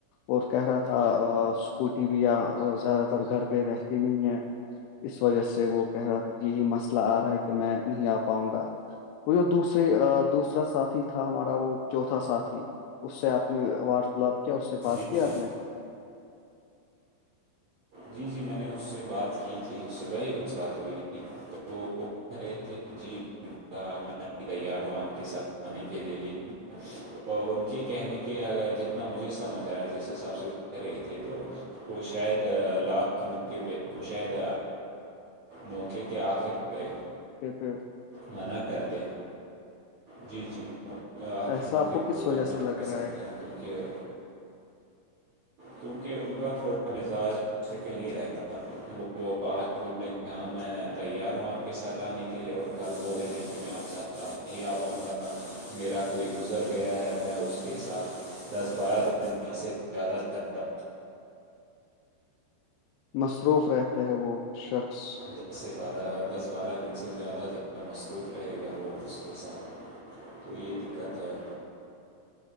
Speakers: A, on the left; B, on the right.
A: اور کہہ رہا تھا اسکوٹی بھی زیادہ تر گھر پہ رہتی نہیں ہے اس وجہ سے وہ کہہ رہا تھا کہ یہی مسئلہ آ رہا ہے کہ میں نہیں آ پاؤں گا وہ جو دوسرے دوسرا ساتھی تھا ہمارا وہ چوتھا ساتھی اس سے آپ نے وارتالپ کیا اس سے بات
B: جی
A: کیا
B: جی
A: آپ نے
B: جی جی میں نے اس سے بات کی تھی صبح ہی ان سے بات ہوئی تھی تو ایس جی میں تیار ہوں آپ کے ساتھ آانی کے لیے لیج ان کے کہنے کے اگر جتنا مجھے سمجھ آیا جس حساب سے کہہ رہے تھے تو وہ شاید لاسٹ موقعے پہ وہ شاید موقع کے آخر پ
A: تو
B: منع کر دے جی جی آخر
A: ایسا
B: موقعے
A: آپ کو کس
B: پہ وہ
A: وجہ
B: کہہ
A: سے لگ
B: سکتے
A: رہا ہے
B: ہیں کیونکہ
A: <inaudible>
B: کیونکہ ان کا تھوڑا مزاج مستقل ہی رہتا
A: <inaudible>
B: وہ آج بولیں کہ ہاں میں تیار ہوں آپ کے ساتھ آنے کے لیے اور کل بولے ہیں کہ میں آپ ساتھ نہیں آ پاؤں گا میرا کوئی گزر گیا ہے میں اس کے ساتھ دس بارہ دن میں سے زیادہ سے زیادہ
A: مصروف رہتا ہے وہ شخص
B: دس سے بارہ دس بارہ دن سے زیادہ زیادہ مصروف رہے گا وہ اس کے ساتھ تو یہ دقت ہے